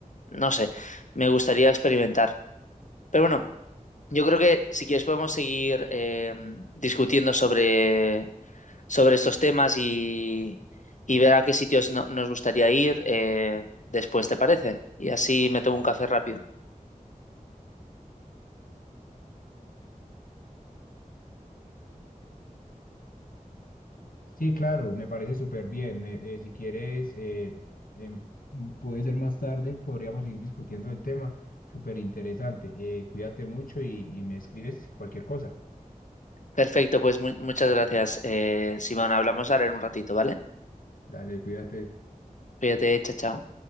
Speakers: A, on the left; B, on the left.
A: no sé, me gustaría experimentar. Pero bueno, yo creo que si quieres podemos seguir eh, discutiendo sobre sobre estos temas y, y ver a qué sitios no- nos gustaría ir eh, después, ¿te parece? Y así me tomo un café rápido.
B: Sí, claro, me parece súper bien. Me- eh, si quieres, eh, em, puede ser más tarde, podríamos ir discutiendo el tema. Súper interesante. Eh, cuídate mucho y, y me escribes cualquier cosa.
A: Perfecto, pues mu- muchas gracias, eh, Simón. Hablamos ahora en un ratito, ¿vale?
B: Dale, cuídate.
A: Cuídate, chao, chao.